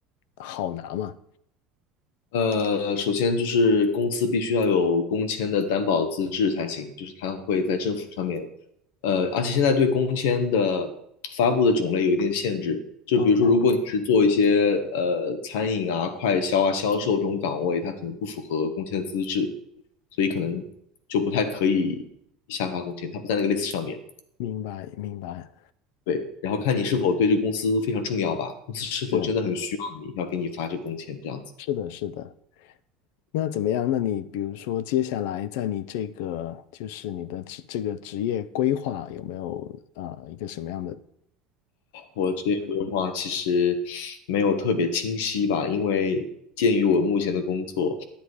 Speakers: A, on the left; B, on the left.
A: 好拿嘛？
B: 呃，首先就是公司必须要有工签的担保资质才行，就是它会在政府上面，呃，而且现在对工签的发布的种类有一定限制，就比如说，
A: 嗯，
B: 如果你是做一些呃餐饮啊、快销啊、销售这种岗位，它可能不符合工签的资质，所以可能就不太可以下发工签，它不在那个 list 上面。
A: 明白，明白。
B: 对，然后看你是否对这个公司非常重要吧，公司是否真的很需要你，
A: 是，
B: 要给你发这个工签这样子。
A: 是的，是的。那怎么样？那你比如说，接下来在你这个就是你的职这个职业规划有没有啊、呃一个什么样的？
B: 我职业规划其实没有特别清晰吧，因为鉴于我目前的工作，